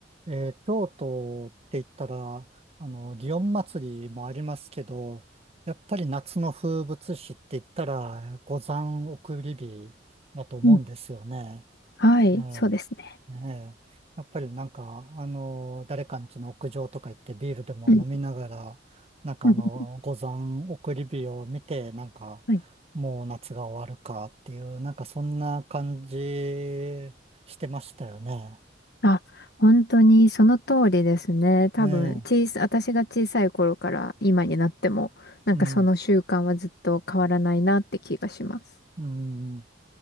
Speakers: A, on the right; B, on the left.
A: えー京都って言ったら、あの、祇園祭りもありますけど、やっぱり夏の風物詩って言ったら、五山送り火だと思うんですよね。
B: うん。はい。
A: ね
B: そうですね。
A: え、ねえ。やっぱりなんか、あの、誰かん家の屋上とか行ってビールでも飲みながら、
B: うん。
A: なんかあの、
B: <laughs> うん
A: 五山送り火を見て、なんか、
B: はい。
A: もう夏が終わるかっていう、なんかそんな感じしてましたよね。
B: あ、本当にその通りですね。多分、
A: ええ、
B: 小さ、私が小さい頃から今になっても、なんかその習慣はずっと変わらないなって気がします。
A: うん。うん、ね